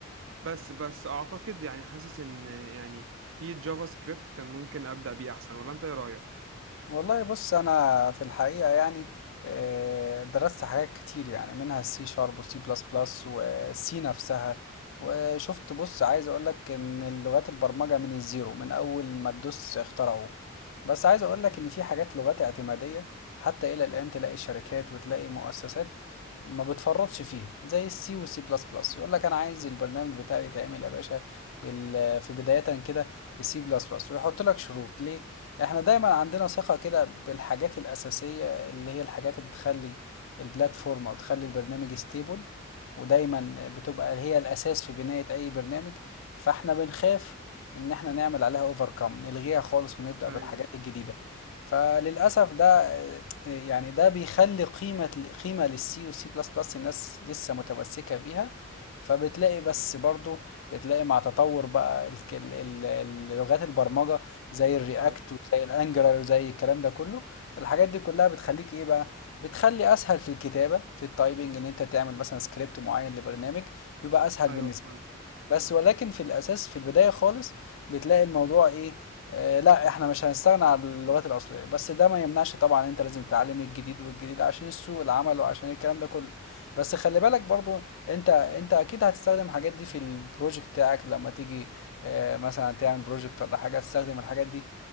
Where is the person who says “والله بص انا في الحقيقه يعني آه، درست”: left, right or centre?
Left